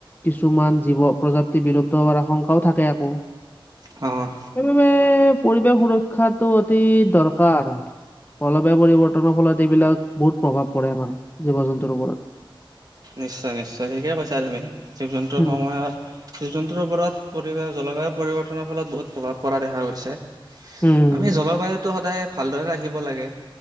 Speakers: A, on the left; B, on the right.
A: কিছুমান জীৱ প্ৰজাপি বিলুপ্ত হোৱাৰ আশংকাও থাকে আকৌ।
B: অ'।
A: সেইবাবে পৰিৱেশ সুৰক্ষাটো অতি দৰকাৰ। জলবায়ু পৰিৱৰ্তনৰ ফলত এইবিলাক বহুত প্ৰভাৱ পৰে আমাৰ জীৱ জন্তুৰ ওপৰত।
B: নিশ্চয় নিশ্চয় ঠিকেই কৈছা তুমি, জীৱ জন্তুৰ
A: উম
B: সময়ত জীৱ জন্তুৰ ওপৰত, পৰি জলবায়ু পৰিৱৰ্তনৰ ফলত বহুত প্ৰভাৱ পৰা দেখা গৈছে।
A: উম
B: আমি জলবায়ুতটো সদায় ভালদৰে ৰাহিব লাগে,